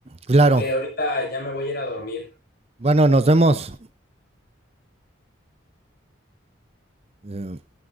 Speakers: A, on the right; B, on the left.
A: claro.
B: porque ahorita ya me voy a ir a dormir.
A: Bueno, nos vemos. Eh,